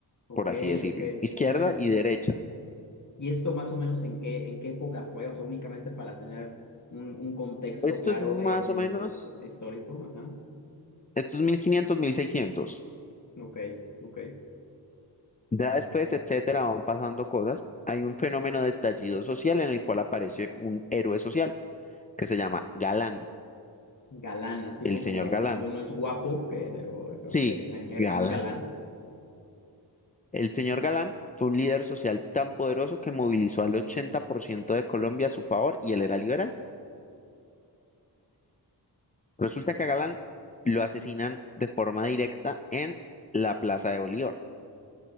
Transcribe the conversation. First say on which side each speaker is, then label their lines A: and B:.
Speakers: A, on the left (about 45°); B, on the left (about 20°).
A: ok,
B: por así decirlo,
A: ok,
B: izquierda
A: qué interesante.
B: y derecha.
A: ¿Y esto más o menos en qué, en qué época fue? O sea, únicamente para tener un, un contexto
B: Esto
A: claro
B: es más
A: de, del
B: o menos,
A: his- histórico. Ajá.
B: estos mil quinientos, mil seiscientos.
A: Ok, ok.
B: Ya después, etcétera, van pasando cosas. Hay un fenómeno de estallido social en el cual aparece un héroe social que se llama Galán,
A: Galán, así
B: el
A: como
B: señor Galán.
A: cuando uno es guapo, que, o- creo
B: Sí,
A: que le dicen, eres
B: Galán.
A: un galán.
B: El señor Galán fue un líder social tan poderoso que movilizó al 80% de Colombia a su favor y él era liberal. Resulta que a Galán lo asesinan de forma directa en la Plaza de Bolívar,